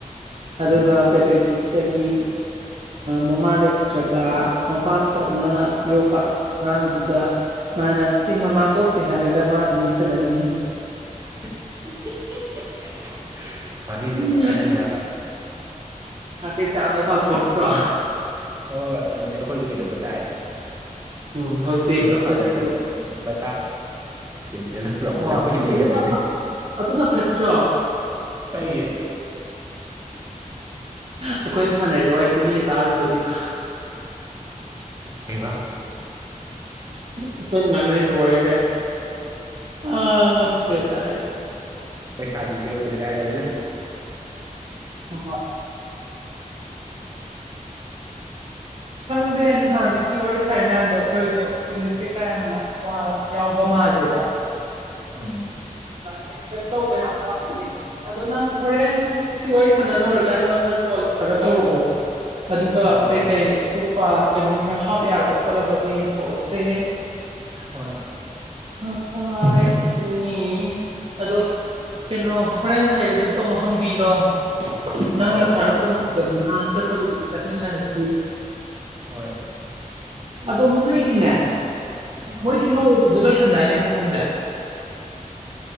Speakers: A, on the right; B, on the right.
A: ꯑꯗꯨꯒ
B: ꯑ
A: ꯄꯦꯇ꯭ꯔꯦꯇꯤꯇꯒꯤ ꯃꯃꯥ ꯂꯩꯈꯤꯗ꯭ꯔꯕ ꯃꯄꯥ ꯈꯛꯅ ꯌꯣꯛꯄ ꯑꯉꯥꯡꯗꯨ ꯃꯥꯅ ꯁꯤ ꯃꯃꯥ ꯀꯧꯁꯦ ꯍꯥꯏꯔꯒ ꯃꯥ ꯑꯗꯨ ꯃꯣꯏꯠꯁꯤꯜꯂꯝꯅꯤ
B: <unintelligible> ꯐꯔꯤ
A: ꯎꯝ
B: ꯆ ꯑꯗꯨ ꯑꯍꯂꯦ ꯍꯥꯏꯕ
A: ꯊꯩ ꯆꯥꯡꯗ ꯁ ꯐꯣ꯭ꯔ
B: ꯍꯣꯏ ꯍꯣꯏ ꯑꯗꯨꯗꯤ ꯑꯩꯈꯣꯏꯁꯨ ꯀꯩꯗꯧꯕ ꯇꯥꯏ
A: ꯎꯝ ꯍꯧꯖꯤꯛ
B: ꯁꯤꯁꯤꯡꯒꯜ
A: ꯑꯩꯈꯣꯏꯁꯨ
B: ꯐꯥꯗꯔ ꯅ ꯆꯅ ꯄꯄꯗ
A: ꯍꯣꯏ
B: ꯀꯁꯨ ꯂꯩ
A: ꯑꯗꯨꯅ
B: ꯆꯗꯅꯤ
A: ꯐ- ꯑꯗꯨꯅ ꯐꯠꯇ꯭ꯔꯣ
B: ꯑꯏꯌꯦ
A: ꯑꯩꯈꯣꯏꯅ ꯁꯅꯩꯀꯣ ꯑꯩꯁꯨ ꯃꯤꯅ ꯇꯥꯔꯨꯗꯣꯏꯅꯦꯀꯣ
B: ꯍꯕ
A: ꯑꯩꯈꯣꯏꯅ ꯉꯥꯡꯅ ꯄ ꯋꯥꯔꯤꯕꯌꯥꯝ ꯑ ꯑꯗꯨꯗꯏ
B: ꯄꯩꯁꯥꯗꯤꯔ ꯀꯗꯤꯔꯑ
A: ꯍ ꯈꯪꯗꯦ ꯅꯍꯥꯟꯗꯒꯤ ꯋꯥꯔꯤ ꯊꯥꯏ ꯃꯌꯥꯝꯗꯣ ꯑꯩꯈꯣꯏꯗꯣ ꯏꯪꯂꯤꯁ ꯀꯩꯀꯥ ꯌꯥꯝꯅ ꯌꯥꯎꯕ ꯗꯦꯕ
B: ꯎꯝ
A: ꯑꯦꯛꯁꯦꯞ ꯇꯧꯕ ꯌꯥꯝ ꯋꯥꯠꯂꯤꯦ ꯑꯗꯣ ꯅꯪ ꯍꯣꯔꯦꯟ ꯋꯥꯔꯤ ꯁꯥꯟꯅ ꯂꯣꯏꯔꯒ ꯑꯩꯉꯣꯟꯗ ꯀꯣꯜ ꯑꯝꯇꯒ ꯇꯧꯔꯛꯑꯣ ꯑꯗꯨꯒ
B: ꯑꯧ
A: ꯀꯩꯀꯩ
B: ꯑꯧ
A: ꯀꯩꯅꯣ ꯀꯩꯀꯥ ꯍꯥꯞ ꯌꯥꯔꯕ ꯈꯣꯠꯂꯕ ꯑꯗꯨ ꯌꯦꯡꯊꯣꯛꯑꯁꯦ
B: ꯍꯣꯏ
A: ꯑ ꯍ ꯑꯗꯨ ꯑꯗꯨꯅꯤ ꯑꯗꯣ ꯀꯩꯅꯣ ꯍꯣꯔꯦꯟꯁ ꯍꯥꯏꯩꯔꯗꯨ ꯇꯣ ꯑꯃꯨꯛ ꯍꯪꯕꯤꯔꯣ ꯅꯪꯅ
B: ꯑꯧ
A: ꯈꯔ
B: ꯑꯧ
A: ꯀꯣꯡꯈꯕꯅꯤ
B: ꯑꯧ
A: ꯃꯥ ꯆꯠꯄꯗꯨꯕꯨꯗꯤ ꯆꯠꯃꯤꯟꯅꯔꯁꯤ
B: ꯍꯣꯏ
A: ꯑꯗꯣ ꯃꯣꯏꯒꯤꯅꯦ
B: ꯎꯝ
A: ꯃꯣꯏꯗꯤ ꯅꯣꯡ ꯑꯗꯨꯗ ꯂꯣꯏꯁꯟꯅꯅꯦ ꯐꯪꯁꯟꯁꯦ